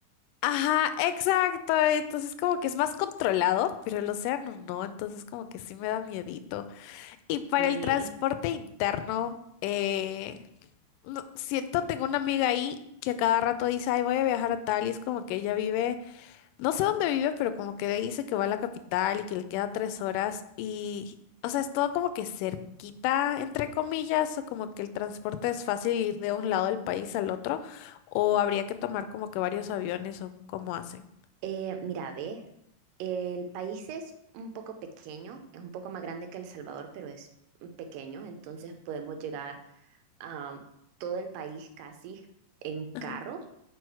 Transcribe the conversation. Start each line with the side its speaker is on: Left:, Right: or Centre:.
Left: Ajá, exacto. Entonces como que es más controlado, pero el océano no, entonces como que sí me da miedito. Y para
Right: Sí.
Left: el transporte interno, eh, no- siento, tengo una amiga ahí que a cada rato dice, ay, voy a viajar a tal, y es como que ella vive No sé dónde vive, pero como que dice que va a la capital y que le queda tres horas y, o sea, es todo como que cerquita, entre comillas, o como que el transporte es fácil ir de un lado del país al otro, o habría que tomar como que varios aviones o cómo hacen.
Right: Eh, mira, ve, el país es un poco pequeño, es un poco más grande que El Salvador, pero es pequeño, entonces podemos llegar a todo el país casi en
Left: Ajá,
Right: carro